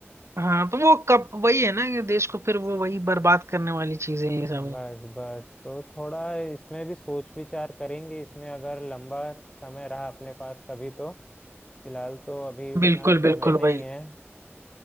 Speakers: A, on the right; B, on the left.
A: हाँ तो वो कब वही है ना कि देश को फिर वो वही बर्बाद करने वाली चीजें हैं ये सब
B: बस बस तो थोड़ा इसमें भी सोच विचार करेंगे इसमें अगर लंबा समय रहा अपने पास कभी तो फिलहाल तो अभी उतना
A: बिल्कुल
B: समय
A: बिल्कुल
B: नहीं
A: भाई
B: है